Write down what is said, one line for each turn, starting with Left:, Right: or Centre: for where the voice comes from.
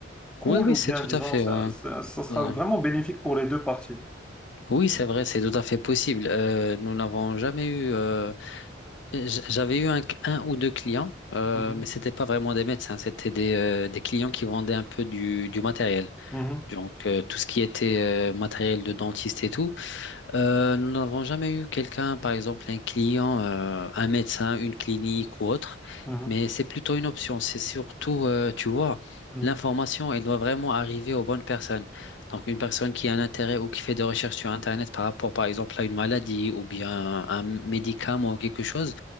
Centre: cool
Left: Oui, oui,
Centre: ou
Left: c'est
Centre: bien,
Left: tout
Centre: disons,
Left: à fait...
Centre: ça,
Left: ouais,
Centre: ça- ça sera
Left: ouais.
Centre: vraiment bénéfique pour les deux parties.
Left: Oui, c'est vrai, c'est tout à fait possible. Euh, nous n'avons jamais eu... euh, Euh, j- J'avais eu un, un ou deux clients, euh,
Centre: Mhm,
Left: mais c'était pas vraiment des médecins, c'était des, euh, des clients qui vendaient un peu du, du matériel.
Centre: mhm,
Left: Donc, euh, tout ce qui était euh, matériel de dentiste et tout. Euh, nous n'avons jamais eu quelqu'un, par exemple un client, euh, un médecin, une clinique ou autre,
Centre: mhm,
Left: mais c'est plutôt une option. C'est surtout, euh, tu vois,
Centre: mhm.
Left: l'information, elle doit vraiment arriver aux bonnes personnes. Donc une personne qui a un intérêt ou qui fait des recherches sur Internet par rapport, par exemple, à une maladie ou bien un médicament ou quelque chose.